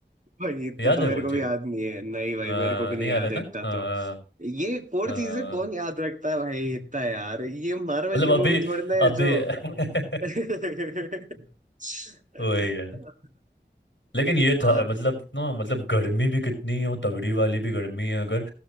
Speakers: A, on the right (about 40°); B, on the left (about 75°).
A: भाई इतना
B: याद
A: तो
B: है
A: मेरे
B: वो
A: को भी याद नहीं है नहीं भाई
B: आ,
A: मेरे को भी नहीं
B: नहीं
A: याद
B: आता
A: है इतना
B: ना आ,
A: तो ये कोर
B: आ,
A: चीजें कौन याद रखता है भाई इतना यार ये मार्वल
B: मतलब
A: की
B: अभी
A: मूवी थोड़ी ना है
B: अभी
A: जो
B: <laughs>
A: <laughs>
B: वही है लेकिन ये
A: हाँ
B: था मतलब ना मतलब गर्मी भी कितनी है वो तगड़ी वाली भी गर्मी है अगर